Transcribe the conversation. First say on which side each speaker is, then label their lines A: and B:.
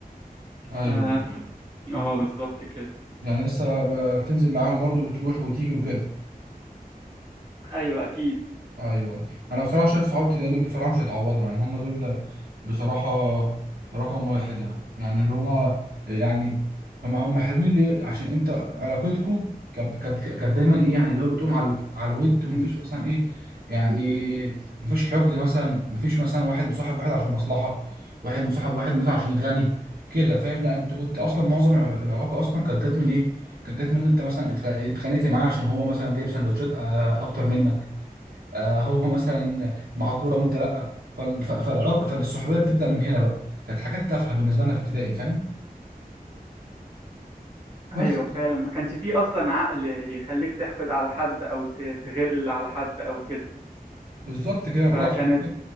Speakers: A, on the right (about 80°); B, on the right (about 35°).
A: ايوه
B: اه <laughs> اه بالظبط كده
A: يعني لسه ب- بتنزل معاهم برضو بتروح وتيجي وكده
B: ايوه اكيد
A: ايوه أيوة. انا بصراحه شايف صحاب ابتدائي دول بصراحه مش هيتعوضوا يعني هم دول بصراحه رقم واحد يعني يعني اللي هو يعني هم هم حلوين ليه عشان انت علاقتكم كانت كانت كانت دايما ايه يعني اللي هو بتقوم على على الود ومفيش
B: انت
A: مثلا ايه يعني مفيش حقد مثلا مفيش مثلا واحد مصاحب واحد عشان مصلحه واحد مصاحب واحد مثلا عشان غني كده فاهم لا انت كنت اصلا معظم الع- العلاقه اصلا كانت جت من ايه كانت جت من إن انت مثلا اتخ- اتخانقت معاه عشان هو مثلا جايب سندوتشات آه، اكتر منك آه، هو مثلا مع كوره وانت لا فال- ف- فالعلاقه فالصحوبيه بتبدا من هنا بقى كانت حاجات تافهه بالنسبه لنا في ابتدائي فاهم
B: ايوه
A: بس
B: فعلا ما كانش فيه اصلا عقل يخليك تحقد على حد او ت- تغل على حد او كده
A: بالظبط كده بقول
B: فكانت
A: لك عشان